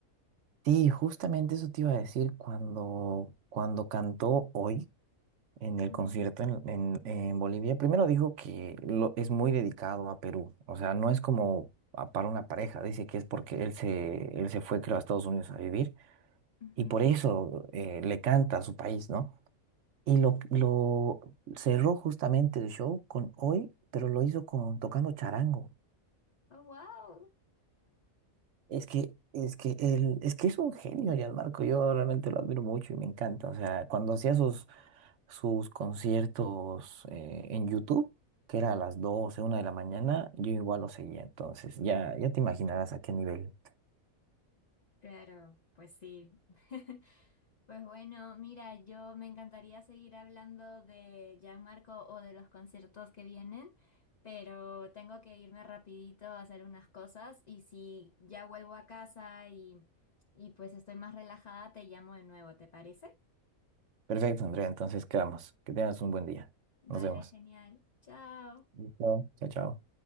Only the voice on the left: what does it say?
Ujú,
ujú,
sí.
Oh, wow.
Claro, pues sí. <laughs> Pues bueno, mira, yo me encantaría seguir hablando de Gianmarco o de los conciertos que vienen, pero tengo que irme rapidito a hacer unas cosas y si ya vuelvo a casa y, y pues estoy más relajada, te llamo de nuevo, ¿te parece?
Vale,
genial. Chao.